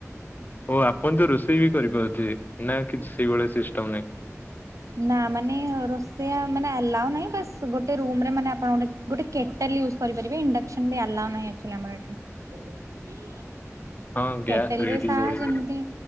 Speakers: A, on the left; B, on the right.
A: ଓ ଆପଣ ତ ରୋଷେଇ ବି କରିପାରୁଥିବେ ନା କିଛି ସେଇଭଳିଆ ସିଷ୍ଟମ ନାଇଁ?
B: ନା ମାନେ ରୋଷେଆ ମାନେ ଆଲାଉ ନାହିଁ ବାସ୍ ଗୋଟେ ରୁମରେ ମାନେ ଆପଣ ଗୋଟେ ଗୋଟେ କେଟେଲ ୟୁଜ କରିପାରିବେ ଇଣ୍ଡକ୍ସନ୍ ବି ଆଲାଉ ନାହିଁ ଆକଚୁଆଲି ଆମର ଏଠି।
A: ହଁ ଗ୍ୟାସ
B: କେଟେଲ
A: ରେଡି
B: ରେ ସାହା
A: କରିବେ।
B: ଯେମତି